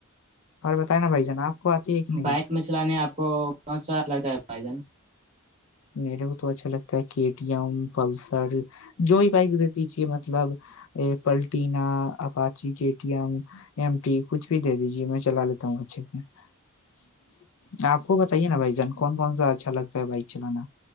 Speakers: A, on the left; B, on the right.
A: اور بتائے نا بھائی جان آپ کو ہے کہ نہیں
B: بائک میں چلانے آپ کو کون سا لگتا ہے بائی جان
A: میرے کو تو اچھا لگتا کے ٹی ایم پلسر جو ہی بائک دے دیجے مطلب Platina Apache K T M M T کچھ بھی دے دیجیے میں چلا لیتا ہوں اچھے سے آپ کو بتائیے نا بھائی جان کون کون سا اچھا لگتا ہے بائک چلنا